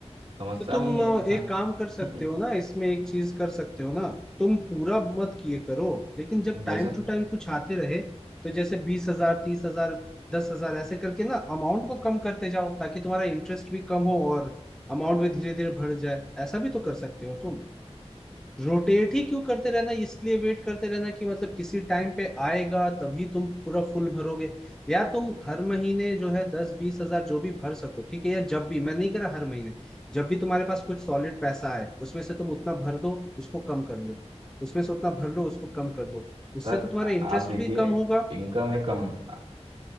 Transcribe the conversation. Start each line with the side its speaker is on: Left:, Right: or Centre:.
Right: समस्या
Centre: तो तुम
Right: में ही है
Centre: अ,
Right: इंसान
Centre: एक काम कर सकते
Right: <laughs>
Centre: हो ना इसमें एक चीज कर सकते हो ना तुम पूरा मत किए करो लेकिन जब
Right: जैसे
Centre: टाइम टू टाइम कुछ आते रहे तो जैसे बीस हजार तीस हजार दस हजार ऐसे करके ना अमाउंट को कम करते जाओ ताकि तुम्हारा इंटरेस्ट भी कम हो और अमाउंट भी धीरे धीरे बढ़ जाए ऐसा भी तो कर सकते हो तुम रोटेट ही क्यों करते रहना इसलिए वेट करते रहना कि मतलब किसी टाइम पे आएगा तभी तुम पूरा फुल भरोगे या तुम हर महीने जो है दस बीस हजार जो भी भर सको ठीक है या जब भी मैं नहीं कह रहा हर महीने जब भी तुम्हारे पास कुछ सॉलिड पैसा आए उसमें से तुम उतना भर दो उसको कम कर लो उसमें से उतना भर लो उसको कम कर लो उससे
Right: सर
Centre: तो तुम्हारा
Right: आ-
Centre: इंटरेस्ट
Right: आप देखिए
Centre: भी कम होगा
Right: इनकम है कम आ-